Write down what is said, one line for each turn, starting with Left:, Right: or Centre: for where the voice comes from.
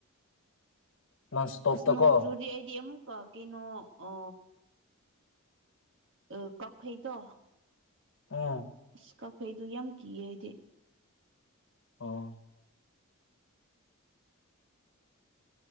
Left: ꯅꯟ ꯏꯁꯇꯣꯞꯇꯀꯣ
Right: ꯑꯁ ꯅꯣꯡꯆꯨꯔꯗꯤ ꯑꯩꯗꯤ ꯑꯃꯨꯛꯀ ꯀꯩꯅꯣ ꯑ ꯑ ꯀꯥꯛꯐꯩꯗꯣ
Left: ꯑꯣ
Right: ꯑꯁ ꯀꯥꯛꯐꯩꯗꯨ ꯌꯥꯝ ꯀꯤꯌꯦ ꯑꯩꯗꯤ
Left: ꯑꯣ